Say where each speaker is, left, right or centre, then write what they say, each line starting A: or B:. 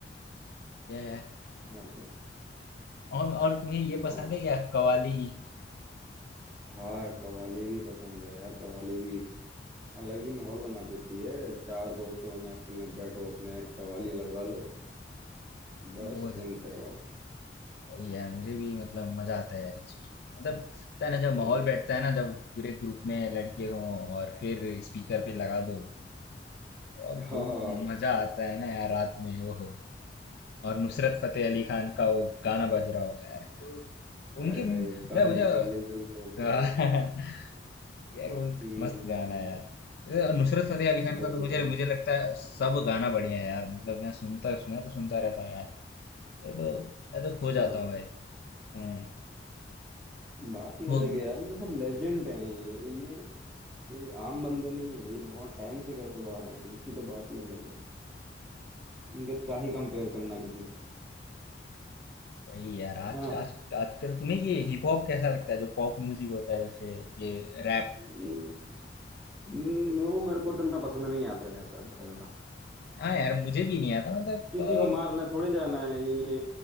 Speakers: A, on the left; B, in the centre.
A: ये है
B: और क्या
A: और और तुम्हें ये पसंद
B: आ,
A: है क्या कवाली
B: हाँ कवाली भी पसंद है यार कवाली भी अलग ही माहौल बना देती है चार दोस्तों में महफिल में बैठो अपने कव्वाली लगा लो बस
A: बोध
B: सुनते रहो
A: वही यार मुझे भी मतलब मजा आता है यार ये सुन मतलब होता है ना जब
B: ओ,
A: माहौल बैठता है ना जब पूरे ग्रुप में लड़के हों और फिर स्पीकर पे लगा दो और
B: हा
A: जो
B: हा
A: मजा आता है ना यार रात में वो हो और नुसरत फतेह अली खान का वो गाना बज रहा हो यार तो
B: हाय
A: उनके मतलब
B: हाय काली काली जुल्फों
A: मुझे <laughs>
B: के
A: यार वो एक
B: हम्म
A: मस्त गाना है यार ये नुसरत फतेह अली खान
B: बिल्कुल
A: का तो मुझे मुझे लगता है सब गाना बढ़िया है यार मतलब मैं सुनता मैं तो सुनता रहता हूँ यार ये तो मैं तो
B: अच्छा
A: खो जाता हूँ भाई हम्म
B: बात ही
A: वो
B: अलग है यार ये सब लेजेंड हैं ये ये कोई आम बंदे नहीं है ये बहुत टाइम से करते हुए आ रहे हैं इनकी तो बात ही अलग है इनका क्या ही कंपेयर करना किसी से
A: वही यार आज
B: है ना
A: आज आजकल तुम्हें ये हिप हॉप कैसा लगता है जो पॉप म्यूजिक होता है जैसे ये रैप
B: हम्म, हम्म, वो मेरे को इतना पसंद नहीं आते रहता वगैरह।
A: हाँ यार मुझे भी नहीं आता मतलब
B: किसी
A: अ,
B: को मारने थोड़ी जाना है ये